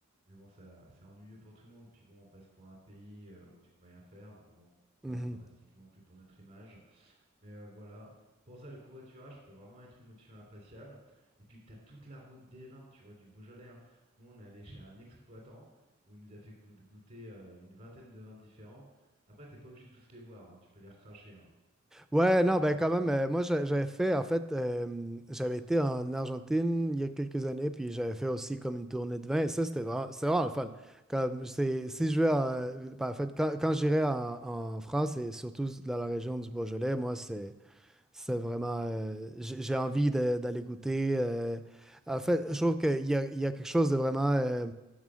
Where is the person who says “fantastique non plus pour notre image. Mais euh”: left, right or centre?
Right